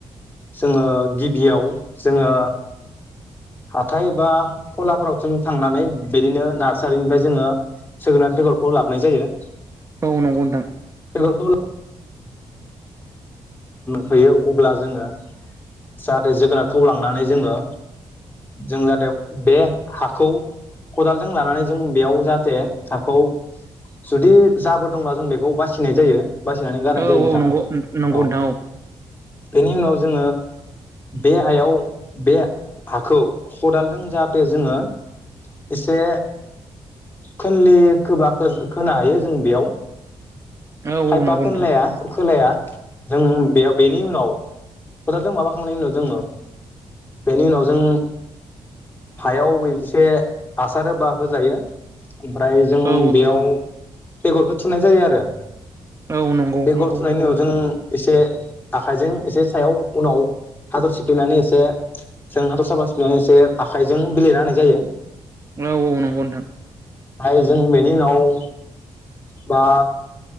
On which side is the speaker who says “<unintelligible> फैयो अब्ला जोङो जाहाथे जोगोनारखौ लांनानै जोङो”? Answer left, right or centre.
Left